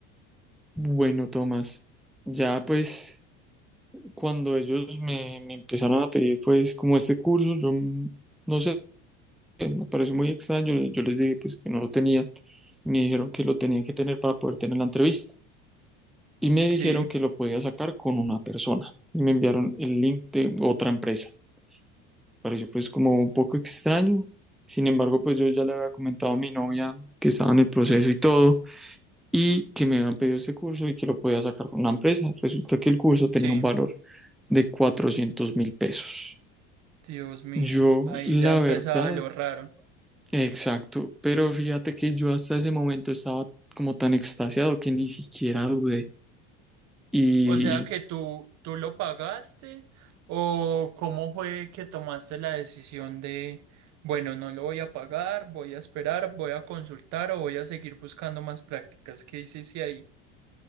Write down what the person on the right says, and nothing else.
Sí,
sí.
Dios mío,
ahí
ya empezaba
lo raro.
O sea que tú, tú lo pagaste o cómo fue que tomaste la decisión de, bueno, no lo voy a pagar, voy a esperar, voy a consultar o voy a seguir buscando más prácticas. ¿Qué hiciste ahí?